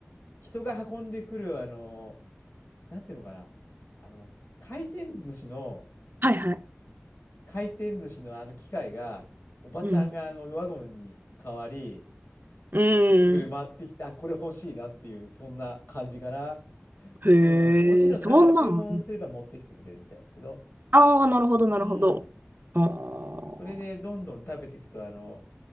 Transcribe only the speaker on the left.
人が運んでくる、あの、なんていうのかな、あの、回転寿司の、
回転寿司のあの機械が、おばちゃんがあのワゴンに変わり、
ぐるぐる回ってきて、
あ、これ欲しいなっていう、そんな感じかな。
うん。もちろんなんか注文すれば持ってきてくれるみたいですけど、
うん。
それでどんどん食べていくと、あの、